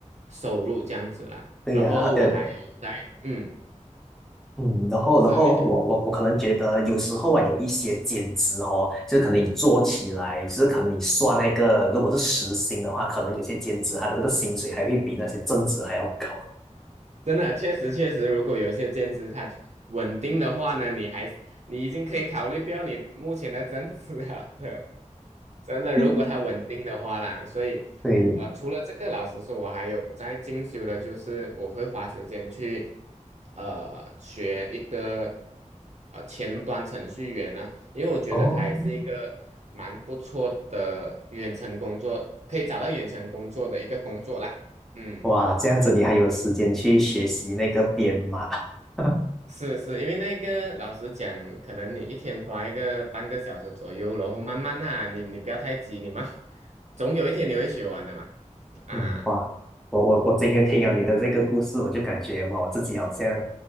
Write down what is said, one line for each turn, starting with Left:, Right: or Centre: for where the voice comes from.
Right: 收入这样子啦。
Centre: 对呀、
Right: 然后我还有在，
Centre: 很呃，
Right: 嗯，
Centre: 嗯，然后然后我我我可能觉得有时候啊，
Right: 是你讲。
Centre: 有一些兼职哦，就是可能你做起来，就是可能你算那个，如果是时薪的话，可能有些兼职它的这个薪水还会比那些正职还要高。
Right: 真的，确实确实，如果有一些兼职它稳定的话呢，你还是你已经可以考虑不要你目前的增值了的。真的，
Centre: <laughs>
Right: 如果它稳定的话啦，所以，
Centre: 对，
Right: 呃，除了这个，老实说，我还有在进修的，就是我会花时间去，呃，学一个，呃，前端程序员呢，因为我觉得它也是一个蛮不错的远程工作，
Centre: 哦，
Right: 可以找到远程工作的一个工作啦，嗯。
Centre: 哇，这样子你还有时间去学习那个编码。<laughs>
Right: 是是，因为那个老实讲，可能你一天花一个半个小时左右，然后慢慢啊，你你不要太急，你慢，总有一天你会学完的嘛。啊
Centre: 嗯，哇，我我我今天听了你的这个故事，我就感觉哇，我自己好像，